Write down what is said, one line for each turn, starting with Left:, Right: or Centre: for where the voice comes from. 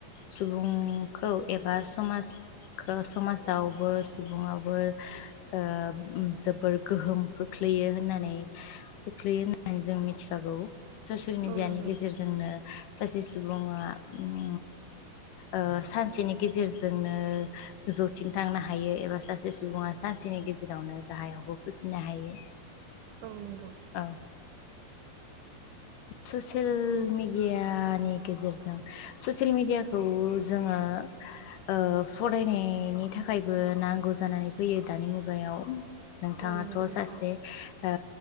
Left: सुबुंखौ एबा समाजखौ समाजावबो सुबुंआवबो ओ जोबोर गोहोम खोख्लैयो होननानै खोख्लैयो होननानै जों मिथिखागौ। ससियेल मिडियानि
Right: औ नंगौ
Left: गेजेरजोंनो सासे सुबुङा उम ओ सानसेनि गेजेरजोंनो जौथिं थांनो हायो एबा सासे सुबुङा सानसेनि गेजेरावनो गाहायावबो फैफिननो हायो।
Right: औ नंगौ
Left: औ ससियेल मिडियानि गेजेरजों ससियेल मिडियाखौ जोङो ओ फरायनायनि थाखायबो नांगौ जानानै फैयो दानि मुगायाव। नोंथाङाथ
Right: औ नंगौ नोंथां
Left: सासे ओ